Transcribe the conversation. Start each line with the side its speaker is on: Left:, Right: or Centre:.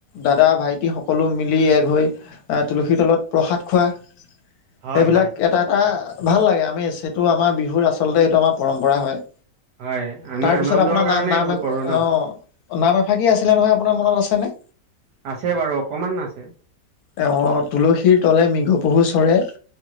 Left: দাদা ভাইটি টি সকলো মিলি এগ হৈ এ তুলসী তলত প্ৰসাদ খোৱা, সেইবিলাক
Right: হয় হয়
Left: এটা এটা ভাল লাগে আমি সেইটো আমাৰ বিহুৰ আচলতে এইটো আমাৰ পৰম্পৰা হয়।
Right: হয় আমি
Left: তাৰপিছত
Right: আনন্দৰ
Left: আপোনাৰ
Right: কাৰণে
Left: না- নাম
Right: এইবোৰ
Left: এ
Right: কৰো ন
Left: অ নাম এফাকি আছিলে নহয়, আপোনাৰ মনত আছেনে?
Right: আছে বাৰু অকণমান আছে।
Left: তেওঁ তুলসীৰ তলে মৃগো পহু চৰে,